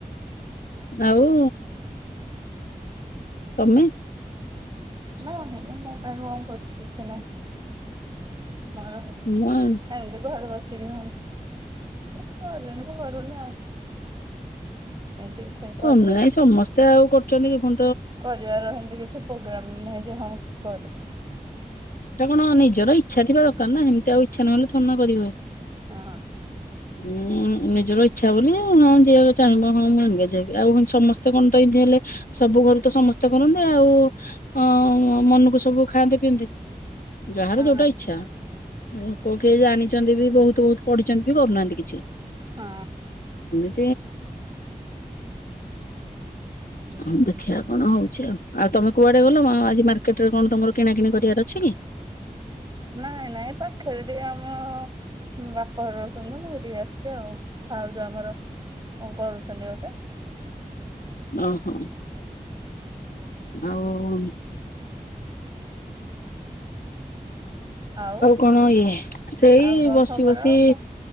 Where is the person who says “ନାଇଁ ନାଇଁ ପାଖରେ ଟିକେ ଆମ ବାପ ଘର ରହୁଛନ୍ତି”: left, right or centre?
Right